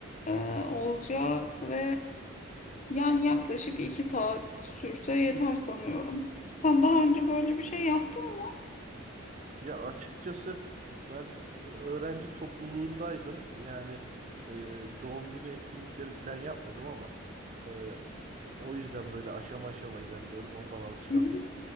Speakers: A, on the left; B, on the right.
A: e, olacak ve yani yaklaşık 2 saat sürse yeter sanıyorum. Sen daha önce böyle bir şey yaptın mı?
B: Ya açıkçası ben e, öğrenci topluluğundaydım. Yani e, doğum günü etkinlikleri falan yapmadım ama e, o o yüzden böyle aşama aşama ilerliyorum. Oradan alışkanlık.
A: Hı hı.